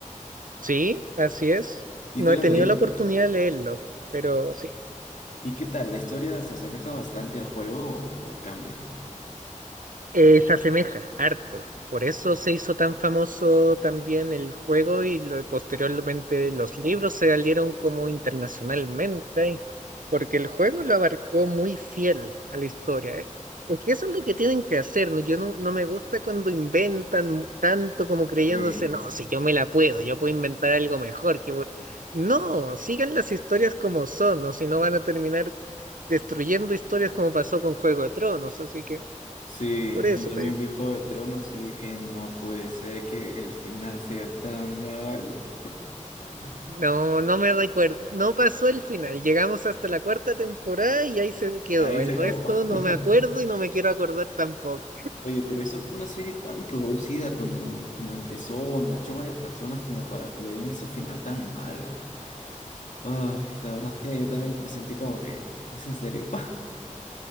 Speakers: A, on the right (about 85°); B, on the left (about 65°).
A: Sí, así es.
B: ¿Y
A: No
B: tú
A: he
B: lo
A: tenido
B: has leído?
A: la oportunidad de leerlos, pero sí.
B: ¿Y qué tal? ¿La historia se asemeja bastante al juego o, o cambia?
A: Eh, se asemeja harto. Por eso se hizo tan famoso también el juego y lo- posteriormente los libros se salieron como internacionalmente, ¿eh? porque el juego lo abarcó muy fiel a la historia. ¿eh? Es que eso es lo que tienen que hacer, ¿no? Yo no, no me gusta cuando inventan mu- tanto como creyéndose,
B: Sí.
A: no, si yo me la puedo, yo puedo inventar algo mejor. Que... voy-". No, sigan las historias como son, o si no van a terminar destruyendo historias como pasó con Juego de Tronos, así que
B: Sí,
A: por eso
B: yo también
A: te digo.
B: vi Juego de Tronos y dije, no puede ser que el final sea tan malo. <laughs>
A: No, no me recuerdo. No pasó el final. Llegamos hasta la cuarta temporada y ahí se quedó.
B: Ahí
A: El
B: se acabó.
A: resto
B: <laughs>
A: no me acuerdo y no me quiero acordar tampoco.
B: Oye, pero eso fue una serie tan producida cuando, cuando empezó, enganchó a varias personas como para que le den ese final tan malo. Ay, la verdad es que yo también me sentí como que, es en serio. <laughs>